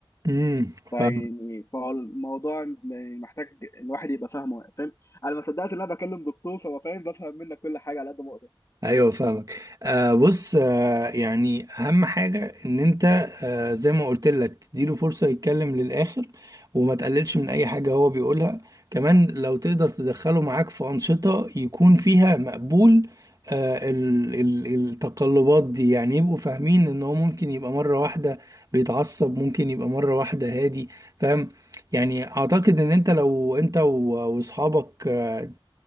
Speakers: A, on the right; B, on the left.
A: امم
B: فيعني
A: فاهم
B: فالموضوع م- محتاج الواحد يبقى فاهمه فاهم انا ما صدقت ان انا بكلم دكتور فبفهم بفهم منك كل حاجه على قد ما اقدر
A: ايوه فاهمك آه بص آه يعني اهم حاجه ان انت آه زي ما قلت لك تديله فرصه يتكلم للاخر وما تقللش من اي حاجه هو بيقولها كمان لو تقدر تدخله معاك في انشطه يكون فيها مقبول آه ال ال التقلبات دي يعني يبقوا فاهمين ان هو ممكن يبقى مره واحده بيتعصب ممكن يبقى مره واحده هادي فاهم يعني اعتقد ان انت لو انت و- واصحابك آه،